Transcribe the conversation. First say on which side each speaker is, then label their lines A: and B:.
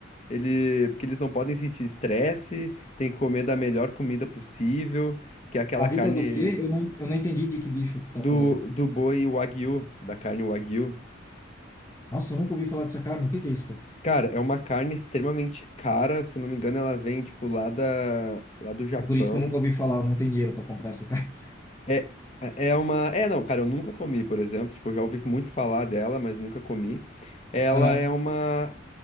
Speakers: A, on the left; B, on the left.
A: ele, porque eles não podem sentir estresse, tem que comer da melhor comida possível, que é aquela
B: A vida
A: carne
B: do quê? Eu não, eu não entendi de que bicho tu tá
A: do,
B: falando.
A: do boi Wagyu, da carne Wagyu.
B: Nossa, eu nunca ouvi falar dessa carne. O que que é isso, cara?
A: Cara, é uma carne extremamente cara, se eu não me engano, ela vem, tipo, lá da, lá do Japão.
B: É por isso que eu nunca ouvi falar, eu não tenho dinheiro para comprar essa carne.
A: É, é é uma. É, não, cara, eu nunca comi, por exemplo. Tipo, eu já ouvi muito falar dela, mas nunca comi. Ela
B: <laughs> Aham.
A: é uma.